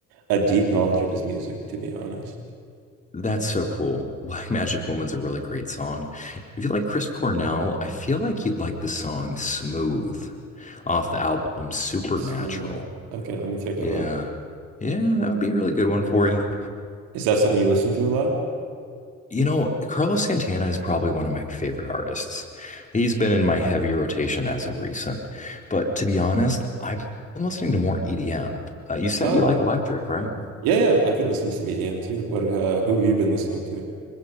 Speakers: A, on the right; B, on the left.
A: a deep knowledge of his music, to be honest.
B: That's so cool. <laughs> Black Magic
A: Mm.
B: Woman's a really great song. If you like Chris Cornell, I feel like you'd like the song Smooth off the album Supernatural.
A: Smooth. Okay, let me take
B: Yeah.
A: a look.
B: Yeah, that would be a really good one
A: All right.
B: for you.
A: Is that something you listen to a lot?
B: You know, Carlos Santana is probably one of my favorite artists. He's been in my heavy rotation as of recent. But to be honest, I've been listening to more EDM. Uh, you said
A: Oh,
B: you like electric, right?
A: yeah, yeah. I could listen to some EDM too. What uh, who have you been listening to?